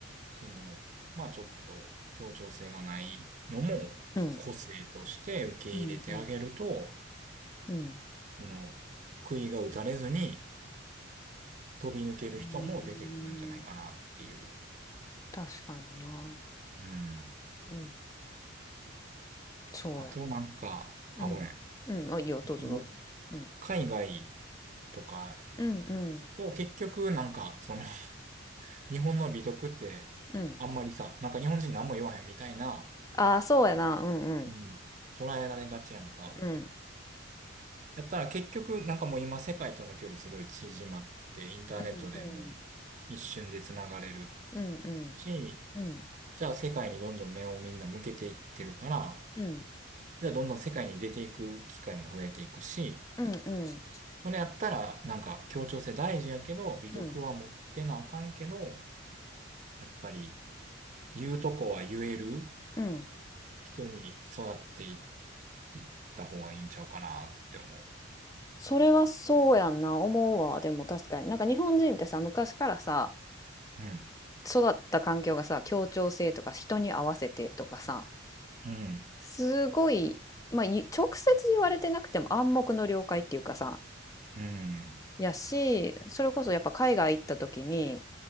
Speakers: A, on the right (about 35°); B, on the left (about 15°).
A: その、まあちょっと協調性がないのも個性として受け入れてあげると、
B: うん。うんうん。うん。
A: その、杭が打たれずに飛び抜ける人も出てくるんじゃないかなっていう。
B: うーん。確かにな。うん。
A: うん。
B: うん、そうや。
A: あとなんか、あ、
B: うん。
A: ごめん。
B: うん、あ、いいよ、どうぞどうぞ。
A: もう
B: うん。
A: 海外とか、
B: うんうん
A: と結局なんか、その、<laughs> 日本の美徳って、
B: うん。
A: あんまりさ、なんか日本人何も言わへんみたいな、
B: ああ、そうやな。うんうん。
A: うん。捉えられがちやんか。
B: うん。
A: やったら結局、なんかもう今世界との距離すごい縮まってて、インターネットでもう一瞬で繋がれる
B: うんうん。うんうん。
A: し、
B: うん。
A: じゃあ世界にどんどん目をみんな向けていってるから、
B: うん。
A: じゃあどんどん世界に出ていく機会も増えていくし、
B: うんうん。
A: それやったらなんか協調性大事やけど、美徳は持ってなあかんけど、
B: うん。
A: やっぱり言うとこは言える
B: うんああそうやなうんうんうんうんうんうんうんうんうんうんうんうん
A: 人に育っていいった方がいいんちゃうかなって思
B: それはそうやんな。思うわ。でも確かに。なんか日本人ってさ、昔からさ、
A: う。うん。
B: 育った環境がさ協調性とか人に合わせてとかさ
A: うん。
B: すごい、まあ、い直接言われてなくても暗黙の了解っていうかさ
A: うん、
B: やしそれこそやっぱ海外行った時に